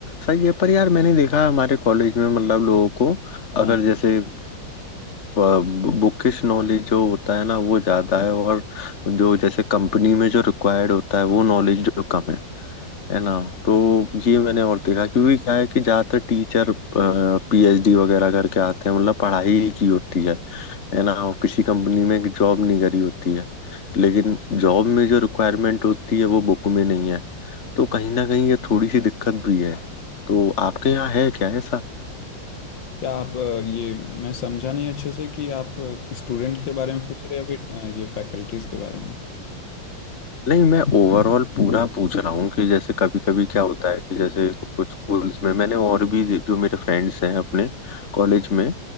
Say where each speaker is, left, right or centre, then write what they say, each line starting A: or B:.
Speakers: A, on the left; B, on the left.
A: सही है पर यार मैंने देखा है हमारे कॉलेज में मतलब लोगों को
B: हाँ
A: अगर जैसे बुकिश नॉलेज जो होता है ना वो ज्यादा है और जो जैसे कंपनी में जो रिक्वायर्ड होता है वो नॉलेज जो कम है है ना तो ये मैंने और देखा क्योंकि क्या है कि ज्यादातर टीचर पीएचडी वगैरह करके आते हैं मतलब पढ़ाई ही की होती है है ना और किसी कंपनी में जॉब नहीं करी होती है लेकिन जॉब में जो रिक्वायरमेंट होती है वो बुक में नहीं है तो कहीं ना कहीं ये थोड़ी सी दिक्कत भी है तो आपके यहाँ है क्या ऐसा
B: क्या आप अ, ये मैं समझा नहीं अच्छे से कि आप स्टूडेंट के बारे में पूछ रहे हैं या फिर अ, ये फैकल्टीज के बारे में
A: नहीं मैं ओवरऑल पूरा पूछ रहा हूँ कि जैसे कभी कभी क्या होता है कि जैसे कुछ स्कूल्स में मैंने और भी जो मेरे फ्रेंड्स हैं अपने कॉलेज में